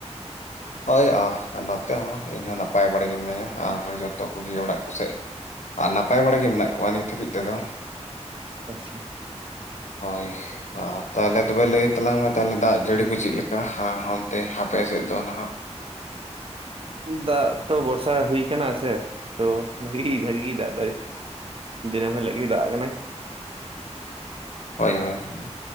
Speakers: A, on the left; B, on the right.
A: ᱦᱳᱭ ᱟ ᱱᱚᱛᱮ ᱦᱚᱸ ᱤᱧ ᱦᱚᱸ ᱱᱟᱯᱟᱭ ᱵᱟᱲᱮ ᱜᱮ ᱢᱤᱱᱟᱹᱧᱟ ᱟᱨ ᱡᱚᱛᱚ ᱠᱚᱜᱮ ᱚᱲᱟᱜ ᱠᱚᱥᱮᱜ ᱟᱨ ᱱᱟᱯᱟᱭ ᱵᱟᱲᱟ ᱜᱮ ᱢᱮᱱᱟᱜ ᱠᱚᱣᱟ ᱱᱤᱛ ᱦᱟᱹᱵᱤᱡ ᱛᱮᱫᱚ
B: ᱟᱪᱪᱷᱟ
A: ᱦᱳᱭ ᱟ ᱛᱟᱦᱚᱞᱮ ᱛᱚᱵᱮ ᱞᱟᱹᱭ ᱛᱟᱞᱟᱝ ᱢᱮ ᱛᱟᱦᱚᱞᱮ ᱫᱟᱜ ᱡᱟᱹᱲᱤ ᱠᱚ ᱪᱮᱫ ᱞᱮᱠᱟ ᱦᱟᱸ ᱦᱚᱱᱛᱮ ᱦᱟᱯᱮ ᱥᱮᱫ ᱫᱚ ᱱᱟᱦᱟᱸᱜ
B: ᱫᱟᱜ ᱛᱚ ᱵᱚᱨᱥᱟ ᱦᱩᱭ ᱠᱟᱱᱟ ᱥᱮ ᱛᱚ ᱵᱷᱟᱹᱜᱤ ᱵᱷᱟᱹᱜᱤ ᱜᱤ ᱫᱟᱜ ᱫᱟᱭ ᱫᱤᱱᱟᱹᱢ ᱦᱤᱞᱚᱜ ᱜᱮ ᱫᱟᱜ ᱠᱟᱱᱟᱭ
A: ᱦᱳᱭ ᱦᱳᱭ